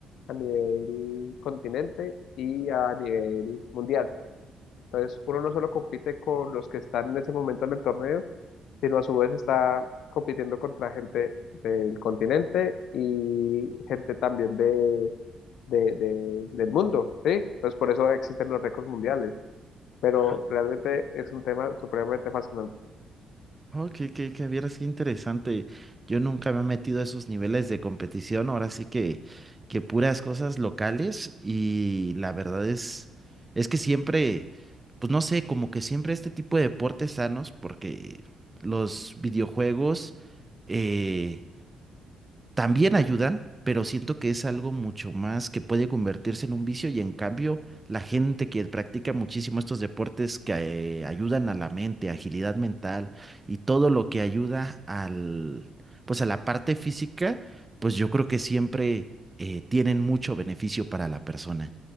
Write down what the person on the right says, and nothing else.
Oh.
Oh, que, que, que vieras qué interesante. Yo nunca me he metido a esos niveles de competición. Ahora sí que, que puras cosas locales. Y la verdad es, es que siempre, pues no sé, como que siempre este tipo de deportes sanos, porque los videojuegos, eh, también ayudan, pero siento que es algo mucho más que puede convertirse en un vicio y en cambio la gente que practica muchísimo estos deportes que eh, ayudan a la mente, agilidad mental y todo lo que ayuda al, pues a la parte física, pues yo creo que siempre eh, tienen mucho beneficio para la persona.